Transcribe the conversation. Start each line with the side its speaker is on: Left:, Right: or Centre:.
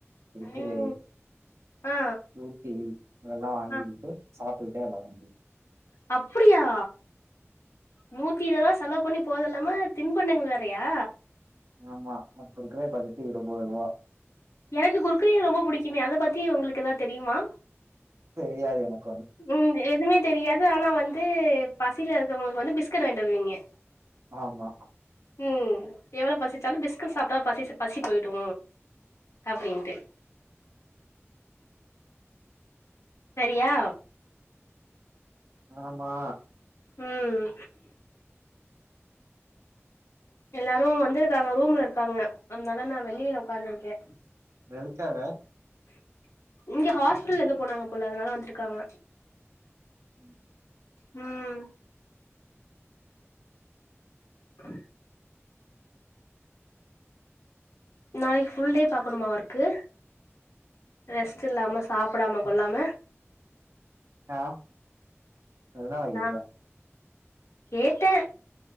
Right: குர்க்குரே
Left: ம் ஆ
Right: ஃப்ரூட்டி அதெல்லா வாங்கிகிட்டு
Left: அ
Right: சாப்டுகிட்டே வெளால்லாம்
Left: அப்புடியா நூத் த்தி இருவருவா செலவு பண்ணி போரதுல்லாம திண்பண்டங்கள் வேறையா
Right: ஆமா மப்பரு பகுத்து இருபது ரூவா
Left: எனக்கு குர்க்குரே ரொம்ப புடிக்குமே அத பத்தி உங்களுக்கு ஏதா தெரியுமா
Right: தெரியாது எனக்
Left: ம் எதுவுமே தெரியாது ஆனா வந்து பசியில இருக்கவங்களுக்கு வந்து பிஸ்கட் வாங்கிட்டு வருவீங்க
Right: ஆமா
Left: ம் எவ்ளோ பசிச்சாலு பிஸ்கட் சாப்ட்டா பசி பசி போய்டு அப்டின்ட்டு சரியா
Right: ஆமா
Left: ம் எல்லாரு வந்திருக்காங்க ரூம்ல இருக்காங்க அதனால நா வெளியில உட்காந்ருக்கே
Right: எதுக்காக
Left: இங்க ஹாஸ்பிடல் எதோ போனாங்க போல அதனால வந்துருக்காங்க
Right: ம்
Left: ம் ஆ நாளைக்கு ஃபுல் டே பாக்கணுமா ஒர்க்கு ரெஸ்ட் இல்லாம சாப்டாம கொல்லாம
Right: ஆ எதனால கேக்குற
Left: நா கேட்டே